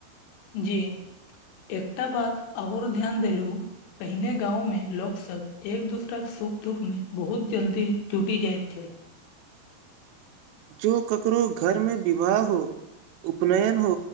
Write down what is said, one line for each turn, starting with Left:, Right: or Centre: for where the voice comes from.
Left: जी एकटा बात ओर ध्यान देलहु पहिने गाँंव मे लोक सब एक दोसराक के सुख दुःख मे बहुत जल्दी जुटी जाइत छल
Right: जो ककरो घरमे विवाह हो उपनयन हो